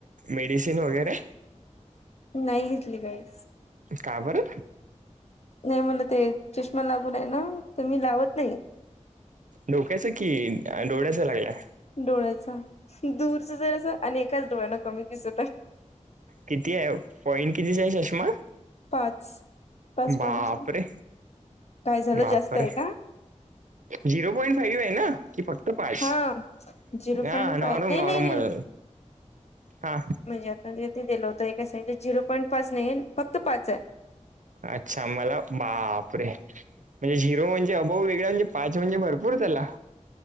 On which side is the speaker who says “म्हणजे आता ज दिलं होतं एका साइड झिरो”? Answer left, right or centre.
Left